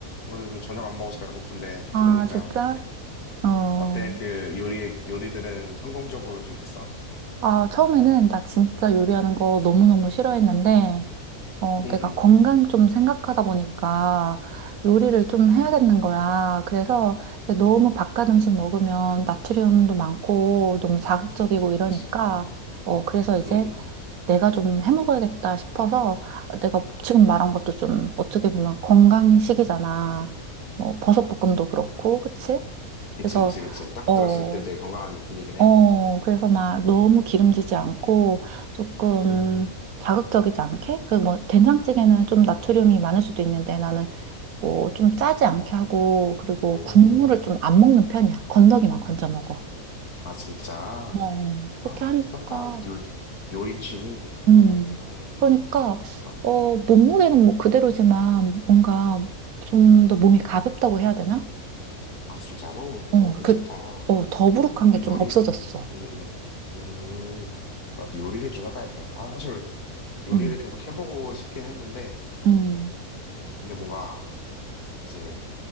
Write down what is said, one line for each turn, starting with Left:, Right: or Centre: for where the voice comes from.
Left: 오늘 지금 저녁 안 먹어서 배고픈데
Right: 아,
Left: 들으니까
Right: 진짜? 어.
Left: 어때? 그 요리 요리들은 성공적으로 좀 됐어?
Right: 아, 처음에는 나 진짜 요리하는 거 너무너무 싫어했는데 어,
Left: 응응.
Right: 내가 건강 좀 생각하다 보니까 요리를 좀 해야겠는 거야. 그래서 이제 너무 바깥 음식 먹으면 나트륨도 많고 너무 자극적이고 이러니까
Left: 그치.
Right: 어, 그래서 이제
Left: 응응.
Right: 내가 좀 해먹어야겠다 싶어서 내가 지금 말한 것도 좀 어떻게 보면 건강식이잖아. 뭐 버섯볶음도 그렇고, 그치?
Left: 그치
Right: 그래서,
Left: 그치 그치. 딱
Right: 어,
Left: 들었을 때 되게 건강한 느낌이긴
Right: 어,
Left: 해.
Right: 그래서 막 너무 기름지지 않고 조금
Left: 음.
Right: 자극적이지 않게? 그 뭐 된장찌개는 좀 나트륨이 많을 수도 있는데 나는 뭐 좀 짜지 않게 하고 그리고
Left: 음.
Right: 국물을 좀 안 먹는 편이야. 건더기만 건져 먹어.
Left: 아 진짜? 아,
Right: 어, 그렇게
Left: 그어
Right: 하니까.
Left: 아, 요, 요리 취미?
Right: 음,
Left: 어,
Right: 그러니까,
Left: 아,
Right: 어, 몸무게는 뭐 그대로지만 뭔가 좀 더 몸이 가볍다고 해야 되나?
Left: 아, 진짜로?
Right: 어,
Left: 어, 괜찮다.
Right: 그, 어, 더부룩한
Left: 나도
Right: 게 좀
Left: 요리를,
Right: 없어졌어.
Left: 음, 음, 음, 나도 요리를 좀 해봐야 되나? 아, 사실 요리를
Right: 음,
Left: 계속 해보고 싶긴 했는데,
Right: 음,
Left: 어, 근데 뭔가 이제